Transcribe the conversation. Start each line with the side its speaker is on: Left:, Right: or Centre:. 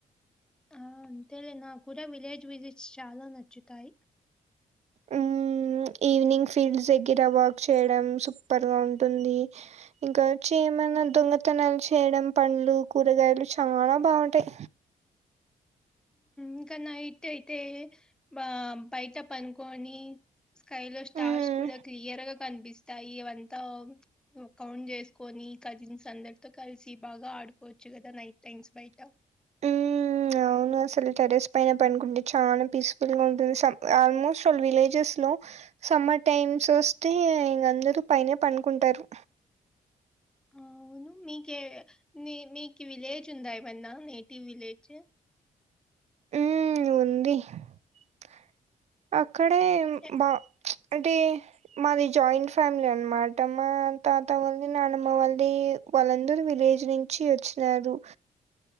Centre: ఆ అంతేలే నా కూడ విలేజ్ విజిట్స్ చాల నచ్చుతాయి
Right: ఉహ్ ఈవినింగ్ ఫీల్డ్ దగ్గర వాక్ చేయడం సూపర్గ ఉంటుంది ఇంక చేయమన్నా దొంగతనాలు చేయడం పండ్లు కూరగాయలు చాల బాగుంటాయి
Centre: ఇంకాఈ నైటైతే బ బయట పనుకొని స్కైలో స్టార్స్
Right: మ్మ్
Centre: కూడ క్లియర్గా కనిపిస్తాయి అవంత కౌంట్ చేస్కొని కజిన్స్ అందరితో కలిసి బాగ ఆడుకోచ్చు కదా నైట్ టైమ్స్ బయట
Right: ఉహ్ అవును అసలు టెరస్ పైన పనుకుంటే చాన పీస్ఫుల్గా ఉంటుంది ఆల్మోస్ట్ పీస్పుల్ విలేజెస్లో సమ్మర్ టైమ్స్ ఒస్తే ఇగ అందరూ పైనే పనుకుంటారు
Centre: అవ్ను మీకే మీ మీకు విలేజ్ ఉందా ఏమన్న నేటివ్ విలేజ్
Right: మ్మ్ ఉంది <inaudible> అక్కడే
Centre: ఎ
Right: మా అంటే మాది జాయింట్ ఫ్యామిలీ అన్మాట మా తాత వాళ్ళది నానమ్మ వాళ్ళది వాళ్ళందరూ విలేజ్నుంచి వచ్చినారు